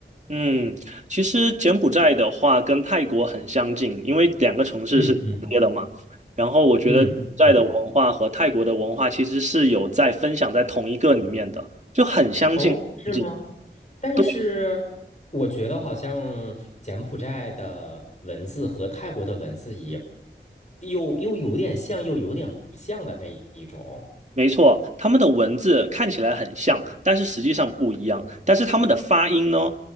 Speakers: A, on the right (about 40°); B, on the left (about 40°).
A: 嗯，其实柬埔寨的话跟泰国很相近，因为两个城市是重叠的嘛。
B: 嗯嗯
A: 然后我觉得柬埔寨的文化和泰国的文化其实是有在分享在同一个里面的，
B: 嗯嗯
A: 就很相近。
B: 哦，是吗？
A: 很近
B: 但是我觉得好像柬埔寨的文字和泰国的文字也
A: 对，
B: 又又有点像，又有点不像的那一种。
A: 没错，他们的文字看起来很像，但是实际上不一样。但是他们的发音呢，